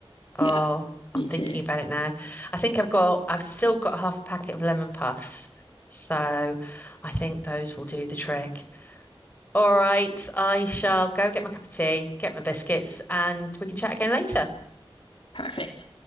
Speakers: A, on the left; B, on the left.
A: oh,
B: Yeah,
A: I'm
B: me
A: thinking
B: too.
A: about it now. I think I've got, I've still got half a packet of lemon puffs, so I think those will do the trick. All right, I shall go get my cup of tea, get my biscuits, and we can chat again later.
B: Perfect.